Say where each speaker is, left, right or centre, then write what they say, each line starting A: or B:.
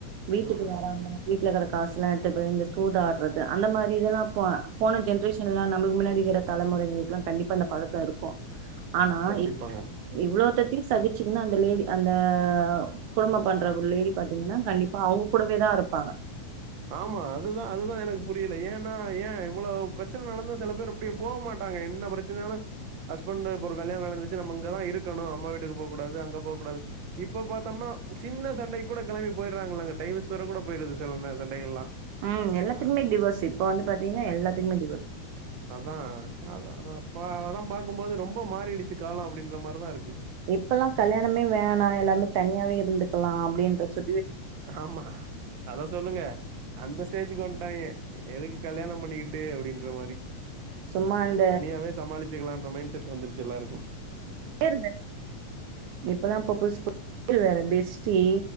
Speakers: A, on the right; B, on the right.
A: வீட்டுக்கு
B: ம்
A: வராம வீட்டுல இருக்க காசலா எடுத்துட்டு போய் இந்த சூதாட் றது அந்த மாரி இதல்லா போ போன ஜெனரேஷன்லா நம்முல்கு மின்னாடி இருக்கிற தலமுறைங்களுகெல்லா கண்டிப்பா அந்த பழக்கோ இருக் கு ஆனா
B: கண்டிப்பாங்க
A: இ இவ்ளோத்தத்தையு சகிச்சுகின் அந்த லேடி அந்த குடும்ப பண்ற ஒரு லேடி பாத்தீங்கன்னா கண்டிப்பா அவங்க கூடவே தா இருப்பாங்க
B: ஆமா அதுதா அதுதா எனக் புரில ஏன்னா ஏ இவ்ளோ பிரச்சன நடந்து சில பேர் அப்டியே போ மாட்டாங்க என்ன பிரச்சனைனாலு ஹஸ்பண்ட் இப்ப ஒரு கல்யாணோ நடந்துச்சு நம்ம இங்கதா இருக்கணு அம்மா வீட்டுக்கு போ கூடாது அங்க போ கூடாது இப்போ பாத்தோம்னா சின்ன சண்டைக்கு கூட கெளம்பி போயிடுறாங்கலங்க டைவஸ் வர கூட போயிடுது சில சண்டைகல்லா
A: ம் எல்லாத்துக்குமே டிவோஸ் இப்ப வந்து பாத்தீங்ன்னா எல்லாத்துக்குமே டிவஸ்
B: அதா அதா இப்ப அதெல்லா பாக்கும்போது ரொம்ப மாறிடிச்சு காலோ அப்டின்ற மாரிதா இருக்கு
A: இப்பல்லா கல்யாணமே வேணா எல்லார்மே தனியாவே இருந்துக்கலா அப்டின்ற சு
B: ஆமா அத சொல்லுங்க அந்த ஸ்டேஜுக்கு வன்டாங்க எதுக்கு கல்யாணம் பண்ணிக்கிட் டே அப்டின்ற மாரி
A: சும்மா அந்த
B: தனியாவே சமாளிச்சுக்கலா ற மைண்ட் செட் வந்துருச்சு எல்லாருக்கு
A: பேரு வேற இப்பல்லா புதுசு புது பேர் வேற பெஸ்டி